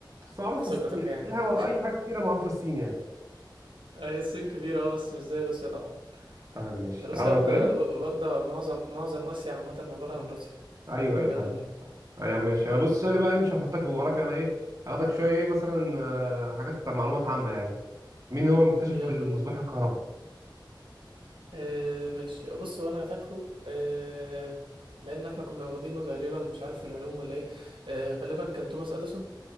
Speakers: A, on the right; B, on the right.
A: بس معروفة
B: في ثقتك
A: الصين يعني
B: يعني
A: أي حاجة أي حاجة كتيرة معروفة الصين يعني
B: آه، هي الصين كبيرة أه، بس مش زي روسيا طبعا
A: طب ماشي
B: روسيا
A: تعالى أنا
B: واخدة
A: سؤالي
B: واخدة معظم معظم آسيا عامة عبارة عن روسيا
A: أيوه أيوه
B: يلا
A: فعلا
B: بينا
A: ايوه ماشي انا
B: يلا
A: بص
B: بينا
A: سؤالي بقى ايه مش هحطك في جغرافيا انا ايه هاخدك شويه ايه مثلا آه، حاجات معلومات عامه يعني مين هو المكتشف
B: يلا
A: المصباح
B: بينا
A: الكهرباء
B: آه ماشي بص هو انا فاكره آه لان احنا كنا واخدينه تقريبا مش عارف في العلوم ولا ايه آه غالبا كان توماس اديسون